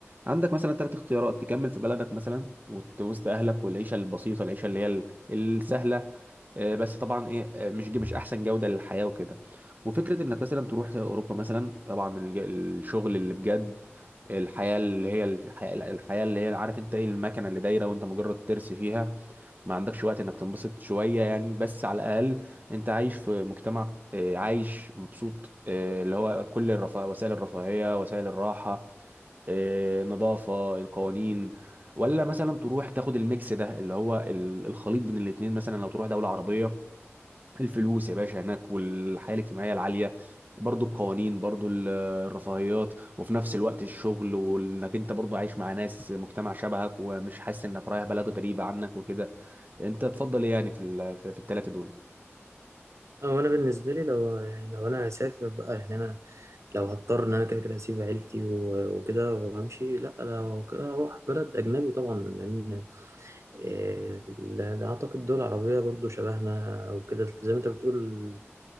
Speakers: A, on the right (about 40°); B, on the right (about 80°).
A: عندك مثلا ثلاث اختيارات تكمل في بلدك مثلا وت- وسط اهلك والعيشه البسيطه العيشه اللي هي ال- السهله آه، بس طبعا ايه آه، مش مش احسن جوده للحياه وكده وفكره انك مثلا تروح اوروبا مثلا طبعا الج- الشغل اللي بجد الحياه اللي هي الحياه الحياة اللي هي عارف انت ايه المكنه اللي دايره وانت مجرد ترس فيها ما عندكش وقت انك تنبسط شوية يعني بس على الاقل انت عايش في مجتمع آه، عايش مبسوط آه، اللي هو كل الرفاه وسائل الرفاهية وسائل الراحة آه، نظافة القوانين ولا مثلا تروح تاخد الميكس ده اللي هو ال- الخليط بين الاتنين مثلا لو تروح دولة عربية الفلوس يا باشا هناك والحياة الاجتماعية العالية برضو القوانين برضو ال- الرفاهيات وفي نفس الوقت الشغل وانك انت برضو عايش مع ناس مجتمع شبهك ومش حاسس انك رايح بلد غريبة عنك وكده انت تفضل ايه يعني في ال- في, في الثلاثه دول
B: أو أنا بالنسبة لي لو يعني لو أنا هسافر بقى يعني أنا لو هضطر إن أنا كده كده أسيب عيلتي و- وكده وأمشي لأ لو كده أروح بلد أجنبي طبعا لأن إيه، لا- أعتقد دول عربية برضو شبهنا وكده زي ما أنت بتقول